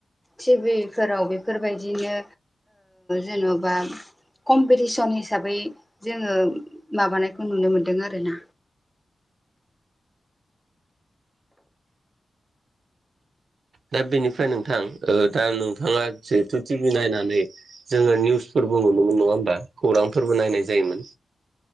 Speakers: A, in the centre; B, on the right.
A: टिभिफोराव बेफोरबायदिनो जेन'बा कम्पिटिसन हिसाबै जोङो माबानायखौ नुनो मोन्दों आर ना।
B: दा बेनिफ्राय नोंथां दा नोंथाङा जिहेथु टि भि नायनानै जोङो निउसफोर बो मोनोन नङा हबा खौरांफोरबो नाय जायोमोन।